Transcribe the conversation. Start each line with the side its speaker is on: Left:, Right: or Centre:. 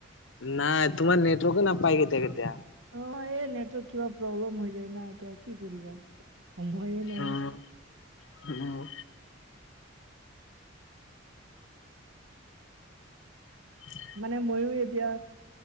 Left: নাই তোমাৰ নেটৱৰ্ক নাপাই কেতিয়া কেতিয়া
Right: অ', এই নেটৱৰ্ক কিবা প্ৰব্লেম হৈ যায় ন এতিয়া কি কৰিবা। সময়ে নাই
Left: ওম ওম। <unintelligible>
Right: মানে মইও এতিয়া